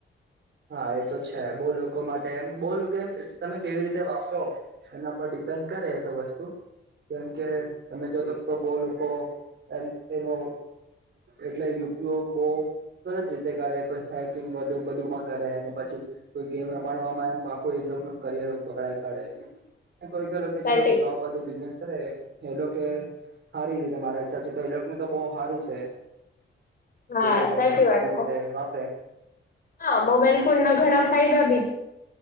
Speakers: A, on the right (about 55°); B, on the left (about 45°).
A: હા એ તો છે બહ લોકો માટે એમ બહ લોકો એમ તમે કેવી રીતે વાપરો એના પર ડિ ડિપેન્ડ કરે તો વસ્તુ કેમ કે તમે જોતો તો બહ લોકો એમ એનો એટલે ઉપયોગ બહુ ગલત રીતે કરે કોઈ હેકિંગુ બધું માં કરે પછી કો ગેમ રમાડવામાં એમ પાખું એ ન કરિયર બગડઈ કાઢે કોઈ કઈ
B: સાચી
A: જે લોકો જોબ બધું બિઝનેસ અરે એ લોકો હારી રીતે મારા હિસાબથી તો એ લોકોને તો બહ હારું છે
B: હા
A: જે લોકો
B: સાચી વાત
A: સારું રીતે
B: છે
A: વાપરે
B: હા મોબાઈલ ફોન ના ઘણા ફાયદા બી છે